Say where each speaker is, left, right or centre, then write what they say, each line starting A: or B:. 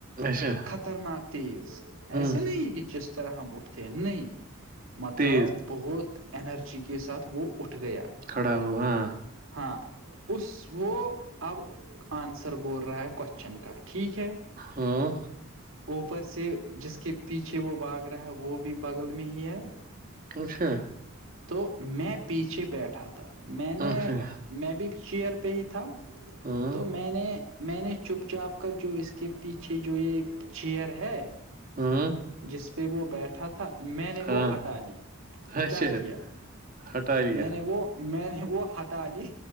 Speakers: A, on the right; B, on the right.
A: اچھا
B: خطرناک تیز
A: ہوں،
B: ایسے نہیں کہ جس طرح ہم اٹھتے ہیں نہیں مطلب
A: تیز
B: بہت انرجی کے ساتھ وہ اٹھ گیا
A: کھڑا ہو ہاں
B: ہاں اس وہ اب آنسر بول رہا ہے کوشچن کا ٹھیک ہے
A: ہاں
B: اوپر سے جس کے پیچھے وہ باگ رہا ہے وہ بھی بغل میں ہی ہے
A: سے
B: تو میں پیچھے بیٹھا تھا میں نے
A: اچھا
B: میں بھی چیئر پہ ہی تھا
A: ہاں
B: تو میں نے میں نے چپ چاپ کر جو اس کے پیچھے جو یہ چیئر ہے
A: ہاں
B: جس پہ وہ بیٹھا تھا میں نے
A: ہاں
B: وہ ہٹا لی
A: اچھا
B: کیا کیا
A: ہٹا لیا
B: میں نے وہ میں نے وہ ہٹا لی